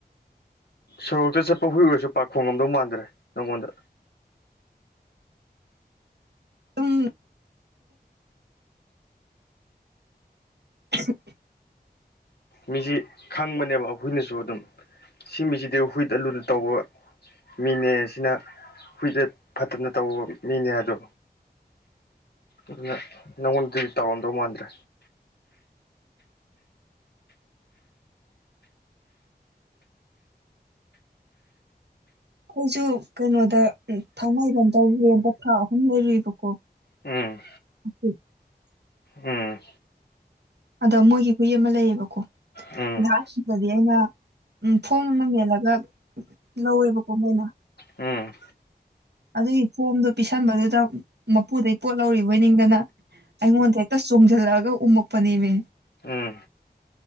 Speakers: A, on the left; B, on the right.
A: ꯁꯣꯔꯣꯛꯇ ꯆꯠꯄ ꯍꯨꯏ ꯑꯣꯏꯔꯁꯨ ꯄꯥꯈꯣꯡꯉꯝꯗꯧ ꯃꯥꯟꯗ꯭ꯔꯦ ꯅꯪꯉꯣꯟꯗ
B: ꯎꯝ ꯑ
A: ꯃꯤꯁꯤ ꯈꯪꯕꯅꯦꯕ ꯍꯨꯏꯅꯁꯨ ꯑꯗꯨꯝ ꯁꯤ ꯃꯤꯁꯤꯗꯤ ꯍꯨꯏꯗ ꯑꯂꯨꯗ ꯇꯧꯕ ꯃꯤꯅꯦ ꯁꯤꯅ ꯍꯨꯏꯗ ꯐꯠꯇꯅ ꯇꯧꯕ ꯃꯤꯅꯦ ꯑꯗꯣ ꯑꯗꯨꯅ ꯅꯪꯉꯣꯟꯗꯗꯤ ꯇꯧꯔꯝꯗꯧ ꯃꯥꯟꯗ꯭ꯔꯦ
B: ꯑꯩꯁꯨ ꯀꯩꯅꯣꯗ ꯊꯥꯡꯃꯩꯕꯟꯇ ꯔꯦꯟꯗ ꯊꯥ ꯑꯍꯨꯝ ꯂꯩꯔꯨꯏꯕꯀꯣ
A: ꯎꯝ
B: ꯎ
A: ꯎꯝ
B: ꯑꯗꯣ ꯃꯣꯏꯒꯤ ꯍꯨꯏ ꯑꯃ ꯂꯩꯌꯦꯕꯀꯣ
A: ꯎꯝ
B: ꯑꯩꯍꯥꯁꯤꯗꯗꯤ ꯑꯩꯅ ꯎ ꯐꯣꯝ ꯑꯃ ꯃꯜꯂꯒ ꯂꯧꯋꯦꯕꯀꯣ ꯃꯣꯏꯅ
A: ꯎꯝ
B: ꯑꯗꯨꯒꯤ ꯐꯣꯝꯗ ꯄꯤꯁꯟꯕꯗꯨꯗ ꯃꯄꯨꯗꯩ ꯄꯣꯠ ꯂꯧꯔꯤꯕꯣꯏ ꯅꯤꯡꯗꯅ ꯑꯩꯉꯣꯟꯗ ꯍꯦꯛꯇ ꯆꯣꯡꯁꯤꯜꯂꯛꯑꯒ ꯎ ꯄꯅꯤꯕ
A: ꯎꯝ